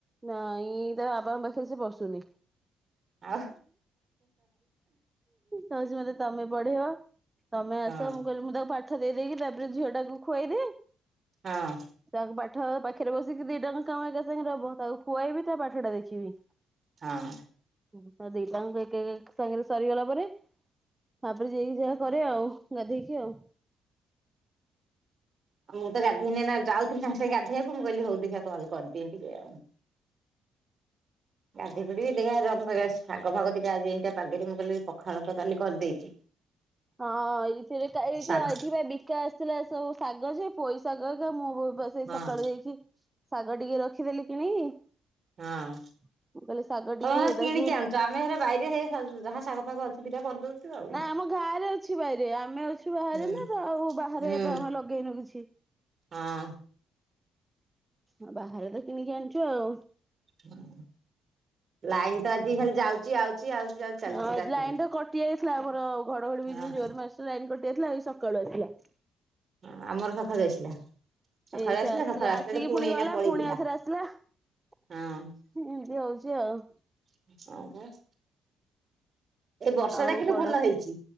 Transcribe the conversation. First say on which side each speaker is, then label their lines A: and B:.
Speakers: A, on the right (about 15°); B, on the right (about 45°).
A: ନାଇ ତା ବାବାଙ୍କ ପାଖରେ ସେ ବସୁନି
B: ଆଉ
A: କହୁଛି ମତେ ତମେ ପଢିଇବ ତମେ ଆସ
B: ହଁ
A: ମୁଁ କହିଲି ମୁଁ ତାକୁ ପାଠ ପାଠ ଦେଇଦେଇକି ତାପରେ ଝିଅ ଟାକୁ ଖୁଆଇ ଦିଏ
B: ହଁ।
A: ତାକୁ ପାଠ ପାଖରେ ବସିକି ଦି ଟଙ୍କା କାମ ଏକା ସାଙ୍ଗରେ ହବ ତାକୁ ଖୁଆଇବି ତା ପାଠ ଟା ଦେଖିବି।
B: ହଁ।
A: ହୁଁ ଦି ହାଙ୍କ ଏକ ଏକା ସାଙ୍ଗରେ ସରିଗଲା ପରେ ତାପରେ ଯାଇକି ଯାହା କରେ ଆଉ ଗାଧେଇକି ଆଉ
B: ମୁ ତ ଗାଧେଇନି ଏଇନା ଯାଉଥିଲି ସାଙ୍ଗ ସାଙ୍ଗେ ଗାଧେଇବକୁ ମୁଁ କହିଲି ହଉ ଦେଖିଆ କଲ କରିଦିଏ ଟିକେ ଆଉ ଗାଧେଇ ପଡିବି ଦେଖିଆ ଶାଗ ଭାଗ ଦିଟା ଆଜି ପା ଏମିତିଆ ପାଗରେ ମୁଁ କହଲିି ପଖାଳ ତ କାଲି କରିଦେଇଛି
A: ହଁ ଏଇଥିରେ ତ ଏଇ
B: ଶାଗ
A: ଯୋଉ ଏଠିକି ବା ବିକା ଆସ ଥିଲା ସବୁ ଶାଗ ଯେ ପୋଇ ଶାଗ ଯେ ମୁଁ ବା ସେ
B: ହଁ
A: ସକାଳୁ ଯାଇକି ଶାଗ ଟିକେ ରଖିଦେଲି କିଣିକି
B: ହଁ ତମେ
A: ମୁଁ କହିଲି ଶାଗ ଟିକେ
B: କଣ କିଣିକି
A: ତାକୁ
B: ଆଣୁ ଆମେ ହେରା ବାଇରେ ହେଇ ଶା ଯାହା ଶାଗ ଫାଗ ଅଛି ଦିଟା କରିଦଉଛୁ ଆଉ।
A: ନା ଆମ ଗାଁରେ ଅଛି ବାରିରେ ଆମେ ଅଛୁ ବାହାରେ
B: ହୁଁ
A: ନା ତ ଆଉ ବାହାରେ
B: ହୁଁ
A: ତ ଆମେ ଲଗେଇନୁ କିଛି
B: ହଁ।
A: ଆଉ ବାହାରେ ତ କିଣିକି ଆଛୁ ଆଉ
B: ହଁ ଲାଇନ ତ ଆଜି ଖାଲି ଯାଉଛି ଆଉଛି ଆଉଛି ଯାଉଛି ଚାଲିଛି
A: ହଁ
B: ରାତିରୁ।
A: ଲାଇନ ତ କଟି ଯାଇଥିଲା ଆମର ଘଡଘଡି
B: ହଁ।
A: ବିଜୁଳି ଜୋର ମାର ଲାଇନ କଟିଯାଇଥିଲା ଆଜି ସକାଳୁ ଆସିଲା।
B: ହ ଆମର ସଖାଳୁ ଆସିଲା। ସକାଳୁ
A: ଏଇାଠୁ ଆସିଲା
B: ସକାଳୁ
A: ଆସିକି ପୁଣି
B: ଏଇନା
A: ଗଲା
B: ପଳେଇଥିଲା।
A: ପୁଣି ଆଉଥରେ ଆସିଲା। ଏମତି
B: ହଁ
A: ହଉଛି ଆଉ
B: <inaudible> ଏଇ ବର୍ଷା
A: ଆଉ
B: ଟା କିନ୍ତୁ
A: କଣ
B: ଭଲ ହେଇଛି